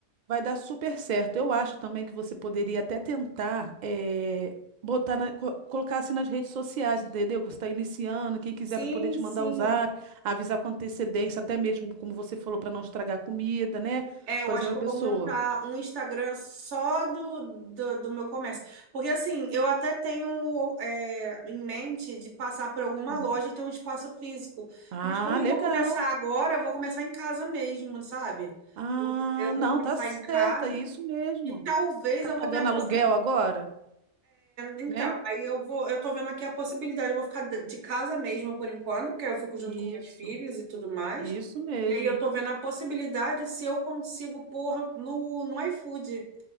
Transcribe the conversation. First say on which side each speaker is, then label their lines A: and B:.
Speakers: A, on the right; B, on the right.
A: Vai dar super certo. Eu acho também que você poderia até tentar eh, botar na- co- colocar assim nas redes sociais, entendeu? Que você está iniciando, quem quiser
B: Sim,
A: para poder te
B: sim.
A: mandar um zap, avisar com antecedência, até mesmo, como você falou, para não estragar a comida, né?
B: É, eu
A: Por
B: acho
A: exemplo,
B: que
A: a
B: eu
A: pessoa.
B: vou montar um Instagram só do, do, do meu comércio. Porque, assim, eu até tenho é, em mente de passar por alguma
A: hum,
B: loja e ter um espaço físico.
A: Ah,
B: Mas como eu
A: legal.
B: vou começar agora, eu vou começar em casa mesmo, sabe?
A: Ah,
B: Eu vou
A: não,
B: começar
A: tá certa,
B: em casa
A: é isso mesmo.
B: e talvez
A: Tá
B: eu
A: pagando
B: vou ver a possibilidade.
A: aluguel agora,
B: Então,
A: né?
B: aí eu vou, eu tô vendo aqui a possibilidade, eu vou ficar de de casa mesmo por enquanto, porque eu fico junto
A: Isso,
B: com meus filhos e tudo mais.
A: isso mesmo.
B: E aí eu tô vendo a possibilidade se eu consigo pôr no, no iFood,